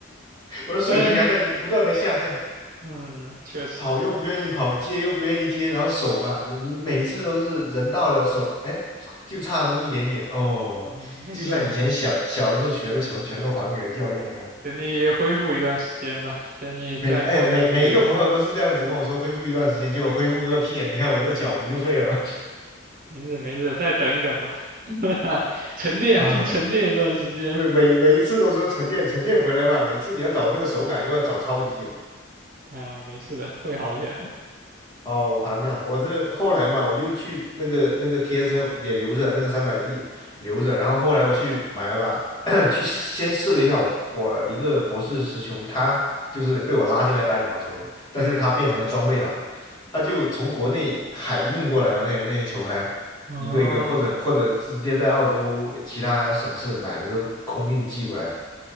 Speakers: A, on the left (about 20°); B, on the right (about 45°).
A: <laughs> 我的水平还在不断的下降，
B: 哎，嗯，确实，
A: 跑又不愿意跑，接又不愿意接，然后手吧，你每次都是人到了手，哎，就差那么一点点哦，
B: 嗯，没事，
A: 就像以前小小的时候学的球全都还给了教练一样。
B: 等你恢复一段时间吧，等你再过一段时间。
A: 每哎每每一个朋友都是这样子跟我说恢复一段时间，结果恢复个屁啊！你看我这脚不就废了吗？
B: 没事没事，再等一等吧，<laughs> 沉淀就沉淀一段时间
A: <laughs> 啊，对，每每一次都说沉淀沉淀回来吧，每次你要找那个手感又要找超级久。
B: 啊，没事的，会好起来的。
A: 好烦呐、我这后来嘛，我就去那个那个 TSL 也留着，那个三百 D 留着，然后后来我去买了把，<coughs> <clears throat> 去先试了一下我我一个博士师兄，他就是被我拉进来打羽毛球，但是他变成了装备党，
B: 嗯，
A: 他就从国内海运过来的那些那些球拍，
B: 哦，
A: 一个一个或者或者直接在澳洲其他省市买了之后空运寄过来，